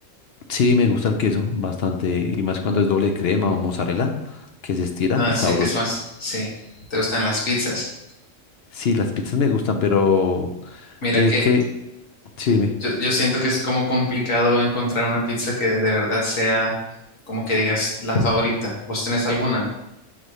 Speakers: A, on the left; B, on the left.
A: Sí, me gusta el queso bastante y más cuando es doble crema o mozzarella, que se estira,
B: Ah,
A: es
B: sí,
A: sabroso.
B: que es más. Sí, te gustan las pizzas.
A: Sí, las pizzas me gustan, pero
B: Mira
A: eh,
B: que
A: que, sí,
B: yo,
A: dime,
B: yo yo siento que es como complicado encontrar una pizza que de verdad sea como que digas la favorita. ¿Vos tenés alguna?